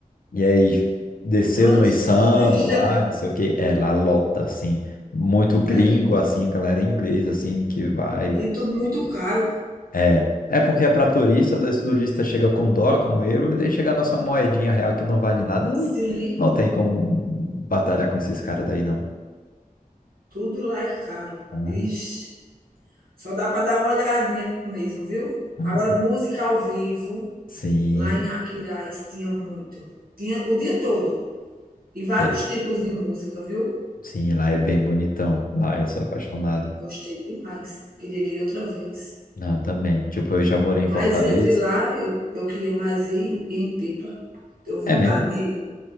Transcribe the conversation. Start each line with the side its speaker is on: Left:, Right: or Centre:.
Left: E aí, desceu
Right: tanto
Left: no Insano
Right: turista,
Left: lá, não sei o quê. É, lá lota, assim. Muito gringo,
Right: é,
Left: assim, galera inglesa, assim, que vai.
Right: e tudo muito caro.
Left: É. É porque é pra turista, daí o turista chega com dólar, com euro, e daí chega a nossa moedinha real que não vale nada, e
Right: Sim,
Left: não tem como batalhar com esses caras daí, não.
Right: tudo lá é caro.
Left: Ah,
Right: Ixi, só dá para dar uma olhadinha mesmo, viu.
Left: ah.
Right: Agora música ao vivo,
Left: Sim,
Right: lá em Aquiraz tinha muito. Tinha o dia todo, e vários
Left: tem.
Right: tipos de música, viu.
Left: Sim, lá é bem bonitão. Lá eu sou apaixonado.
Right: Gostei demais, queria ir outra vez.
Left: Não, eu também. Tipo, eu já morei
Right: Mas
Left: em Fortaleza.
Right: entre lá, eu eu queria mais ir em, ir em Pipa. Tenho vontade
Left: É mesmo?
Right: de ir.